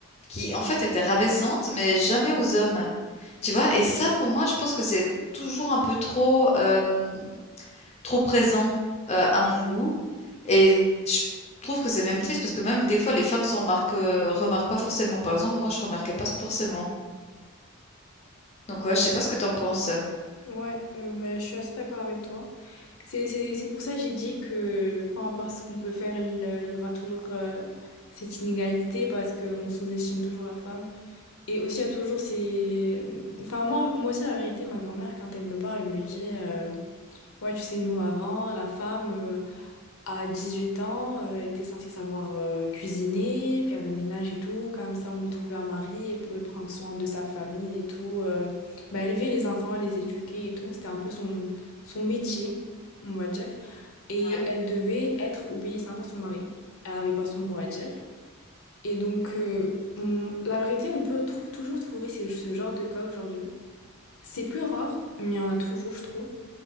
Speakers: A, on the left; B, on the left.
A: qui en fait étaient rabaissantes, mais jamais aux hommes. Tu vois? Et ça pour moi, je pense que c'est toujours un peu trop, hem trop présent, heu, à mon goût et je trouve que c'est même triste parce que même des fois les femmes s'en remarquent, heu, remarquent pas forcément. Par exemple, moi je remarquais pas forcément. Donc ouais, je sais pas ce que t'en penses?
B: Ouais, euh, bah, je suis assez d'accord avec toi. C'est, c'est, c'est pour ça que j'ai dit que peu importe ce qu'on peut faire, il il y aura toujours euh, cette inégalité parce qu'on sous-estime toujours la femme. Et aussi, il y a toujours ces... Enfin, moi, moi aussi, la vérité, ma grand-mère, quand elle me parle, elle me dit, euh, ouais, tu sais, nous, avant, la femme, euh, à huit ans, euh, elle était censée savoir euh, cuisiner, faire le ménage et tout. Comme ça, on lui trouvait un mari, elle pouvait prendre soin de sa famille et tout. euh, bah, élever les enfants, les éduquer et tout. C'était un peu son, son métier, on va dire. Et
A: Ouais.
B: elle devait être obéissante à son mari. Elle n'avait pas son mot à dire. Et donc, euh, on- la vérité, on peut trou- toujours trouver ces- ce genre de cas aujourd'hui. C'est plus rare, mais il y en a toujours, je trouve.